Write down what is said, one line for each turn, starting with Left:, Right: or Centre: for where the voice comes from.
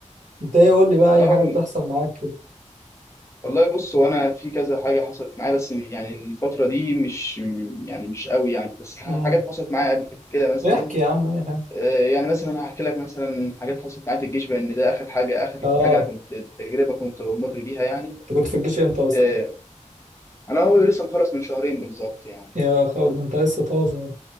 Right: انت ايه قول لي بقى اي
Left: اه
Right: حاجة بتحصل معاك كده
Left: والله بص وانا في كذا حاجه حصلت معايا بس يعني الفتره دي مش يعني مش قوي يعني بس ح-
Right: امم
Left: حاجات حصلت معايا قبل كده مثلا
Right: احكي يا عم اي حاجة
Left: آه، يعني مثلا هحكي لك مثلا حاجات حصلت معايا في الجيش لان ده اخر حاجه اخر
Right: اه
Left: حاجه انا كنت تجربه كنت مر بيها يعني
Right: انت كنت في الجيش امتى اصلا
Left: آه، انا هو لسه مخلص من شهرين بالظبط يعني
Right: يا خالد انت لسه طازة